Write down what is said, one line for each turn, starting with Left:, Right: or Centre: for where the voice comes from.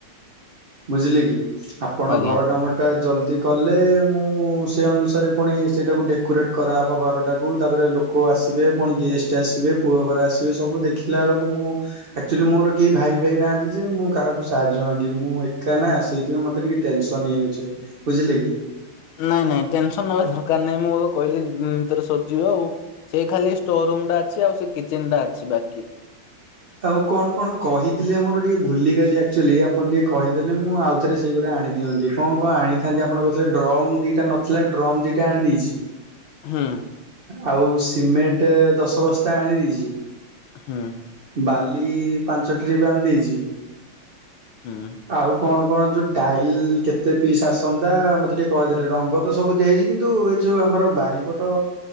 Right: ବୁଝିଲେ କି ଆପଣ
Left: ଆଜ୍ଞା
Right: ଘର କାମ ଟା ଜଲ୍ଦି କଲେ ମୁଁ ସେ ଅନୁସାରେ ପୁଣି ସେଇଟାକୁ ଡେକୋରେଟ୍ କରାହେବ ଘରଟାକୁ ତାପରେ କେଉ ଆସିବେ ପୁଣି ଗେଷ୍ଟ ଆସିବେ ପୁଅ ଘର ଆସିବେ ସବୁ ଦେଖିଲା ବେଳକୁ ମୁଁ ଆକ୍ଚୁଆଲି ମୋର କେହି ଭାଇ ଭାଇ ନାହାନ୍ତି ଯେ ମୁଁ କାହାକୁ ସାହାଯ୍ୟ ମାଗି ମୁଁ ଏକା ନା ସେଇଥିପାଇଁ ମୋତେ ଟିକିେ ଟେନସନ୍ ହେଇଯାଉଛି ବୁଝିଲେ କି
Left: ନାଇଁ ନାଇଁ ଟେନସନ ନବା ଦରକାର ନାଇଁ ମୁଁ କହିଲିିତରେ ସରିଯିବ ଆଉ। ସେଇ ଖାଲି ଷ୍ଟୋର ରୁମ୍ ଟା ଅଛି ଆଉ ସେ କିଚେନ ଟା ଅଛି ବାକି
Right: ଆଉ କଣ କଣ କହିଥିଲେ ମୋର ଟିକେ ଭୁଲିଗଲି ଆଚୁଆଲି ଆପଣ ଟିକେ କହିଦେଲେ ମୁଁ ଆଉ ରେ ସେଇଗୁା ଆଣି ଦିଅନ୍ତି କଣ କଣ ଆଣିଥାନ୍ତି ଆପଣ କହୁଥିଲେ ଡ୍ରମ୍ ଦିଟା ନଥିଲା ଡ୍ରମ୍ ଦିଟା ଆଣିଦେଇଛି।
Left: ହୁଁ।
Right: ଆଉ ସିମେଣ୍ଟ ଦଶ ବସ୍ତା ଆଣି ଦେଇଛି।
Left: ହୁଁ।
Right: ବାଲି ପାଞ୍ଚ ଟ୍ରିପ ଆଣିଦେଇଛି।
Left: ହୁଁ।
Right: ଆଉ କ'ଣ କ'ଣ ଯୋଉ ଟାଇଲ କେତେ ପିସ୍ ଆସନ୍ତା ମତେ ଟିକେ କହିଦେଲେ, ରଙ୍ଗ ତ ସବୁ ଦିଆ ହେଇଛି କିନ୍ତୁ ଏ ଯୋଉ ଆମର ବାରିପଟ